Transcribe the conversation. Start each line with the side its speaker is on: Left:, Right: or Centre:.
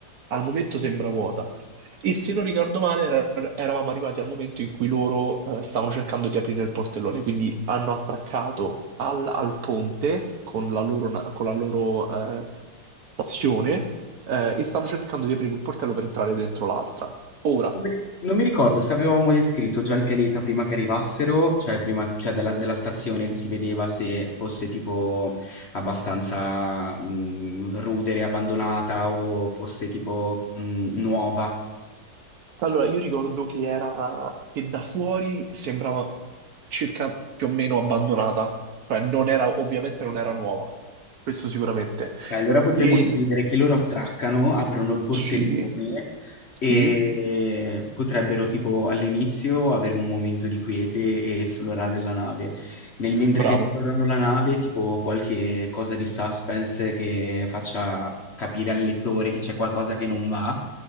Right: al momento sembra vuota. E se non ricordo male, era- eravamo arrivati al momento in cui loro eh, stavano cercando di aprire il portellone, quindi hanno attraccato al, al ponte con la loro, na- con la loro, eh, stazione eh, e stanno cercando di aprire il portello per entrare dentro l'altra. Ora,
Left: Non mi ri- non mi ricordo se avevamo descritto già il pianeta prima che arrivassero, cioè prima cioè dalla, della stazione che si vedeva se fosse tipo abbastanza mm, rudere, abbandonata o fosse tipo mm, nuova.
Right: allora io ricordo che era che da fuori sembrava circa più o meno abbandonata, cioè non era, ovviamente non era nuova, questo sicuramente.
Left: Ok, allora potremmo
Right: E
Left: scrivere che loro attraccano, aprono il portellone
Right: sì, sì,
Left: e potrebbero tipo all'inizio avere un momento di quiete e esplorare la nave. Nel mentre
Right: bravo.
Left: che esplorano la nave, tipo qualche cosa di suspense che faccia capire al lettore che c'è qualcosa che non va